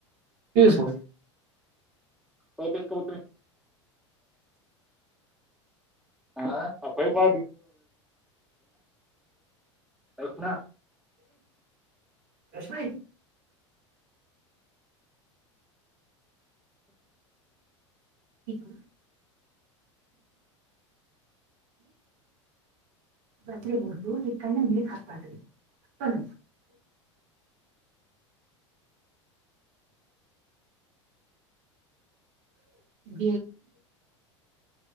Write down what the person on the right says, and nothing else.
ಸು
ಕಷ್ಮಾಯ ಹ ಬದ್ರಿಬೌದು ಈ ಕಣ್ಣ ನೀ ಹಕಾದ್ರಿ ಬ <inaudible>